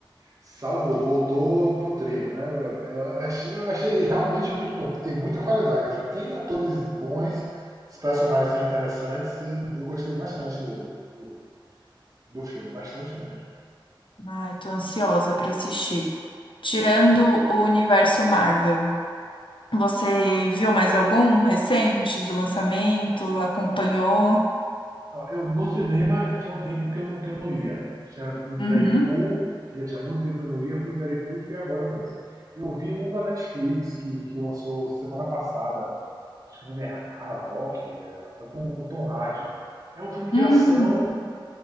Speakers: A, on the right (about 40°); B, on the left (about 70°).
A: Salvou, voltou pro trilho, né? Eu achei, eu achei realmente muito bom, porque tem muita qualidade. o filme. Tem atores bons, os personagens são interessantes, e eu gostei bastante do, do, do, do filme, bastante mesmo.
B: Ai, tô ansiosa pra assistir. Tirando o universo Marvel, você viu mais algum recente de lançamento? Acompanhou?
A: Ó, Eu, no cinema tinha um tempo que eu não, que eu não ia. Eu tinha ido
B: Uhum.
A: em Deadpool, que já tinha muito tempo que eu não ia, fui em Deadpool e fui agora mesmo. Eu vi um da Netflix que, que lançou semana passada, Acho que o nome é Havok, é, é com o Tom Hardy. É um filme de
B: Hum,
A: ação,